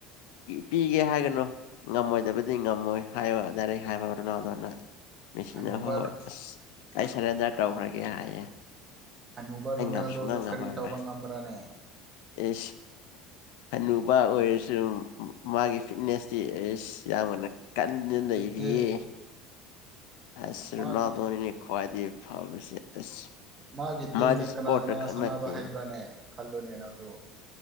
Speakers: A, on the left; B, on the right.
A: ꯄꯤꯒꯦ ꯍꯥꯏꯒꯅꯨ ꯉꯝꯃꯣꯏꯗꯕꯗꯤ ꯉꯝꯃꯣꯏ ꯍꯥꯏꯌꯣ <unintelligible> ꯍꯥꯏꯕ ꯔꯣꯅꯥꯜꯗꯣꯅ ꯃꯦꯁꯤꯅ
B: ꯍꯅꯨꯕ
A: ꯍꯣꯍꯣꯏ ꯑꯩ ꯁꯔꯦꯟꯗꯔ ꯇꯧꯈ꯭ꯔꯒꯦ ꯍꯥꯏꯌꯦ
B: ꯍꯅꯨꯕ
A: ꯑꯩ
B: ꯔꯣꯅꯦꯜꯗꯣꯗꯣ
A: ꯉꯝ ꯁꯨꯡꯉꯝ ꯉꯝꯃꯔꯣꯏ
B: ꯀꯔꯤ ꯇꯧꯕ ꯉꯝꯕ꯭ꯔꯅꯦ
A: ꯏꯁ ꯍꯅꯨꯕ ꯑꯣꯏꯔꯁꯨ ꯃꯥꯒꯤ ꯐꯤꯠꯅꯦꯁꯇꯤ ꯏꯁ ꯌꯥꯝꯕꯅ ꯀꯟꯅ ꯅꯩꯔꯤꯌꯦ
B: ꯅꯠꯇꯦ
A: ꯑꯁ
B: ꯃꯥꯒꯤ
A: ꯔꯣꯅꯥꯜꯗꯣꯅꯤꯅꯦ ꯈꯋꯥꯏꯗꯤ ꯐꯕꯁꯦ ꯑꯁ
B: ꯃꯥꯒꯤ ꯇꯤꯝꯗ
A: ꯃꯥꯗꯤ ꯏꯁꯄꯣꯔꯠꯇ
B: ꯀꯅꯥ ꯀꯅꯥ
A: ꯈꯛ
B: ꯁꯥꯟꯅꯕ
A: ꯅꯠꯇꯦ
B: ꯍꯩꯕ꯭ꯔꯥꯅꯦ ꯈꯜꯂꯨꯅꯦ ꯅꯪꯁꯨ